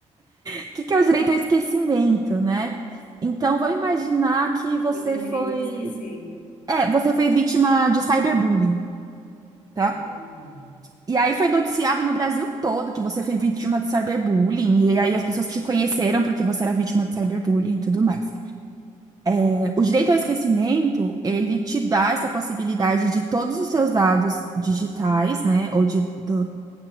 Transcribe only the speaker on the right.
O que que é o direito ao esquecimento, né? Então, vamos imaginar que você
foi.
É, você foi vítima de cyberbullying, tá?
E aí foi noticiado no Brasil todo que você foi vítima de cyberbullying, e aí as pessoas te conheceram porque você era vítima de cyberbullying e tudo mais. É, O direito ao esquecimento, ele te dá essa possibilidade de todos os seus dados digitais, né, ou de do-